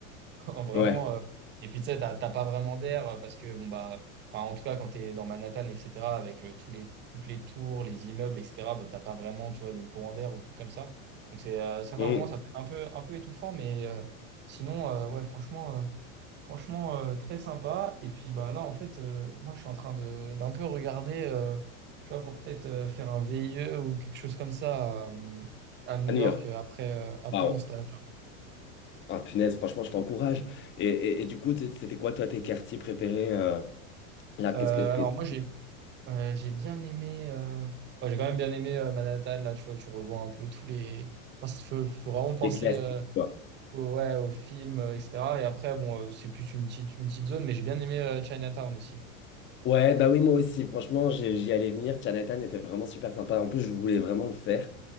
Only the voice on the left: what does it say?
ouais.
Mm.
À
New York.
Waouh.
Ah, punaise, franchement, je t'encourage. Et, et, et du coup, t- c'était quoi, toi, tes quartiers préférés euh, là, qu'est-ce
que, qu'est-ce
que-
les classiques,
quoi.
Ouais, bah oui, moi aussi, franchement, j'ai- j'y allais venir. Chinatown était vraiment super sympa. En plus, je voulais vraiment le faire.